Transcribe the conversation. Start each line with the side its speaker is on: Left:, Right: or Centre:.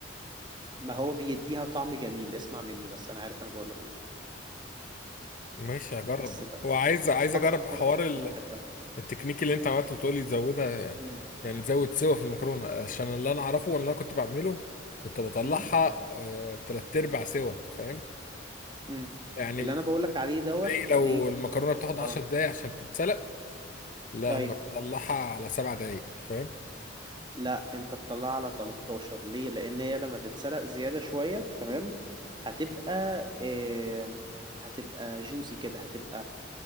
Right: ما هو بيديها طعم جميل اسمع مني بس انا عارف انا بقول لك ايه
Left: ماشي هجرب
Right: بس بقى
Left: وعايز
Right: دي
Left: عايز
Right: اكتر
Left: اجرب حوار
Right: اكله بحبها
Left: التكنيك اللي انت عملته بتقولي تزودها
Right: امم
Left: يعني تزود سوا في المكرونه عشان اللي انا اعرفه واللي انا كنت بعمله كنت بطلعها
Right: امم
Left: آه، تلات ارباع سوا فاهم
Right: امم
Left: يعني
Right: اللي انا بقول لك عليه دوت
Left: زي لو
Right: ليه
Left: المكرونه بتاخد عشر
Right: اه
Left: دقايق عشان تتسلق لا
Right: ايوه
Left: انا بطلعها على سبع دقايق فاهم
Right: لا انت تطلع على 13 ليه لان هي لما تتسلق زياده شويه تمام هتبقى آه... هتبقى جوسي كده هتبقى